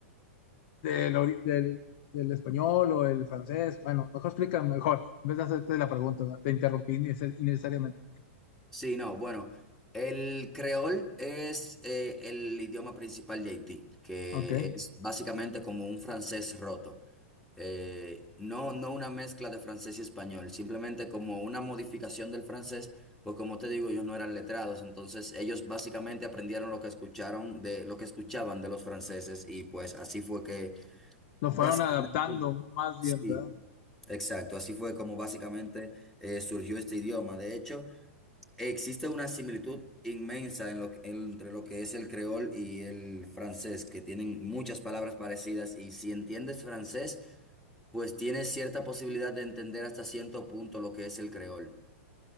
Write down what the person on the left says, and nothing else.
del, ori- del, del español o el francés. Bueno, mejor explícame mejor. En vez de hacerte la pregunta, ¿verdad? te interrumpí innece- innecesariamente.
Ok.
Lo
fueron adaptando más
bien, ¿verdad?